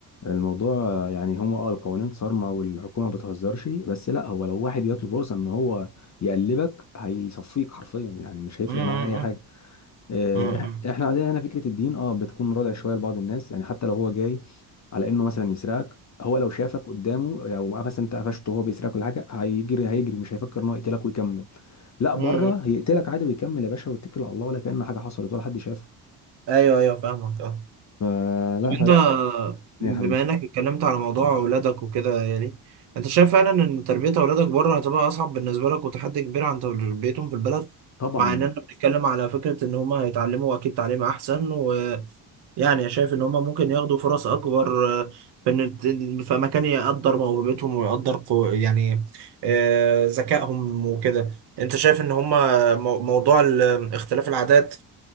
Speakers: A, on the left; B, on the right.
A: الموضوع آه، يعني هما اه القوانين صارمة والحكومة ما بتهزرش بس لا هو لو واحد جات له فرصة إن هو يقلبك هيصفيك حرفيا يعني مش هيفرق
B: مم،
A: معاه أي حاجة آه،
B: مم، مم،
A: إحنا عندنا هنا فكرة الدين اه بتكون رادع شوية لبعض الناس يعني حتى لو هو جاي على إنه مثلا يسرقك هو لو شافك قدامه أو مثلا أنت قفشته وهو بيسرقك ولا حاجة هيجري هيجري مش هيفكر إن هو يقتلك ويكمل لا
B: مم.
A: بره هيقتلك عادي ويكمل يا باشا ويتكل على الله ولا كأن حاجه حصلت ولا حد شافه
B: ايوه ايوه فاهمك اه
A: فلا
B: طب
A: فده
B: انت
A: يا
B: بما
A: حبيبي
B: انك اتكلمت على موضوع اولادك وكده يعني انت شايف فعلا ان تربية اولادك بره هتبقى اصعب بالنسبة لك وتحدي كبير عن تربيتهم في البلد
A: طبعا
B: مع اننا بنتكلم على فكرة ان هما هيتعلموا اكيد تعليم احسن ويعني شايف ان هما ممكن ياخدوا فرص اكبر آه، في ان الت- في مكان يقدر موهبتهم ويقدر قو- يعني آه، ذكائهم وكده انت شايف ان هما مو- موضوع ال- اختلاف العادات